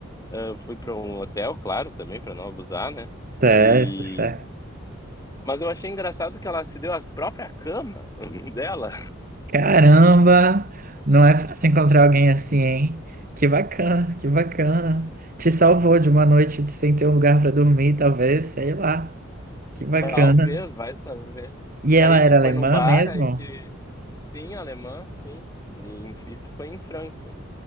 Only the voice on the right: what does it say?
Certo,
certo.
Caramba! Não é fácil encontrar alguém assim, hein? Que bacana, que bacana. Te salvou de uma noite sem ter um lugar pra dormir, talvez, sei lá. Que bacana.
E ela
era
alemã
mesmo?